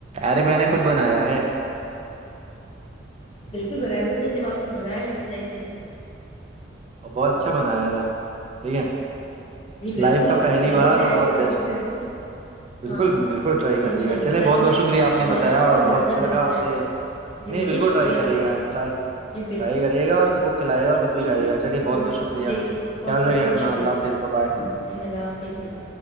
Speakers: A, on the right (about 35°); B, on the left (about 30°).
A: ارے میں نے خود بنایا ہ <inaudible>
B: بالکل بنایا ہو سر جب آپ نے بنایا ہے تو ظاہ سی
A: اور بہت اچھا بنایا تھا ٹھیک ہے
B: جی بالکل
A: لائف کا پہلی
B: میں
A: بار
B: بھی ٹرائی
A: اور بہت
B: کروں
A: بیسٹ
B: گی گھر میں
A: بالکل
B: ہاں
A: بالکل ٹرائی کرے
B: انشاء
A: گا
B: اللہ
A: چلے
B: ضرور
A: بہت بہت شکریہ آپ
B: ٹماٹر
A: نے بتایا اور
B: کا
A: بہت
B: بھرتا
A: اچھا
B: ضرور
A: لگاپ
B: ٹرائی
A: سے
B: جی
A: نہیں بالکل
B: شکریہ
A: ٹرائی کریے
B: آپ کا
A: گا
B: سر
A: ٹائی
B: جی بالکل
A: ٹرائی کرے گا اور سب کو کھلے گا اور خود بھی
B: جی
A: کھائیے گا چلیے بہت
B: جی
A: بہت شکریہ
B: جی
A: خیال
B: اوکے
A: رے
B: بہت
A: اپنا
B: بہت شکریہ
A: اللہ
B: سر
A: حافظ ب بائے
B: جی اللہ حافظ اللہ